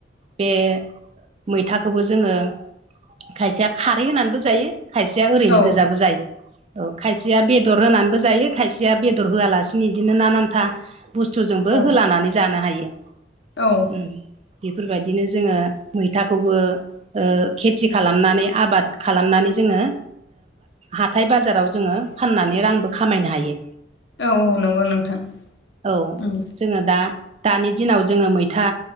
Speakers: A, on the right (about 35°); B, on the left (about 70°).
A: बे मैथाखौबो जोङो खायसेया खारै होनानैबो जायो खायसेया ओरैनो
B: औ
A: गोजाबो
B: औ
A: जायो। अ खायसेया बेद बेदर होनानैबो जायो खायसेया बेदर होआलासिनो बिदिनो नानान्था बुस्थुजोंबो
B: औ
A: होलानानै
B: औ
A: जानो हायो।
B: औ
A: उ बेफोरबायदिनो जोङो मैथाखौबो ओ खेथि खालामनानै आबाद खालामनानै जोङो हाथाय बाजाराव जोङो फाननानै रांबो खामायनो हायो।
B: औ औ नंगौ नोंथां।
A: औ
B: उम
A: जोङो दा दानि दिनाव जोङो मैथा